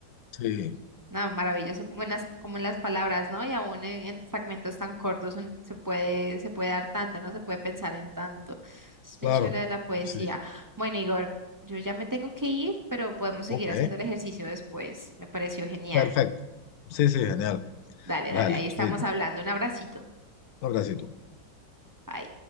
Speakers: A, on the left (about 70°); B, on the right (about 30°).
A: Sí,
B: No, maravilloso como en las, como en las palabras, ¿no? Y aún en, en fragmentos tan cortos un- se puede, se puede dar tanto, ¿no? Se puede pensar en tanto. Es muy
A: claro,
B: chévere de la poesía.
A: sí,
B: Bueno, Igor, yo ya me tengo que ir, pero podemos seguir
A: ok,
B: haciendo el ejercicio después. Me pareció genial.
A: perfecto, sí, sí, genial,
B: Dale,
A: dale,
B: dale, ahí estamos
A: chaito,
B: hablando. Un abracito.
A: un abracito.
B: Bye.